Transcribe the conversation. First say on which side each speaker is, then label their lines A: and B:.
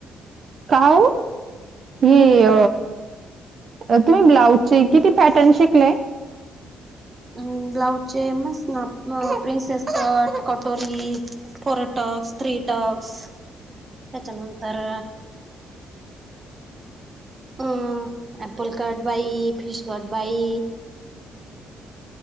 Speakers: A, on the right; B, on the right.
A: काऊ ये.
B: हम्म
A: तुम्ही ब्लाऊजचे किती पॅटर्न शिकलेय.
B: अ ब्लाउजचे मस ना प्रिन्सेस कट कटोरी फोर टॉक्स थ्री टॉक्स त्याच्यानंतर अ अप्पल कारड बाई फिश कारट बाई.